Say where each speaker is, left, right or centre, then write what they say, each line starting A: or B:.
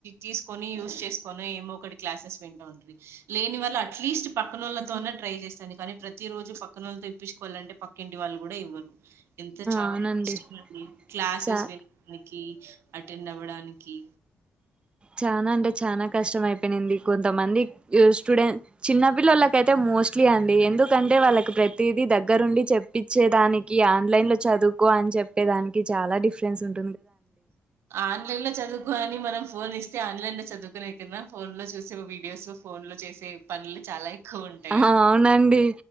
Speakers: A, on the right (about 80°); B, on the right (about 25°).
A: తీసుకొని యూస్ చేసుకొని ఏమో ఒకటి క్లాసెస్ విన్ <unintelligible> లేని వాళ్ళ అ అట్లీస్ట్ పక్కనోళ్ళతోన్న ట్రై చేస్తాంది కానీ ప్రతిరోజు పక్కనోళ్ళతో ఇప్పించుకోవాలంటే పక్కింటి వాళ్ళు కూడా ఇవ్వరు ఎంత చాలా
B: అవునండి
A: ఇష్టమ అండి క్లాసెస్
B: చా
A: విన్ కి అటెండ్ అవ్వడానికి
B: చానా అంటే చానా కష్టం అయిపోయినంది కొంతమంది స్టూడెంట్ చిన్నపిల్లలకి అయితే మోస్ట్లీ అండి ఎందుకంటే వాళ్ళకి ప్రతిది దెగ్గరుండి చెప్పచ్చేదానికి ఆన్లైన్ లో చదువుకో అని చెప్పేదానికి చాలా డిఫరెన్స్ ఉంటు
A: ఆన్లైన్ లో చదువుకో అని మనం ఫోన్ ఇస్తే ఆన్లైన్ లో చదువుకునే కన్నా ఫోన్ లో చూసే వీడియోస్ ఫోన్ లో చేసే పనులు చాలా ఎక్కువ ఉంటాయండి
B: ఆ అవునండి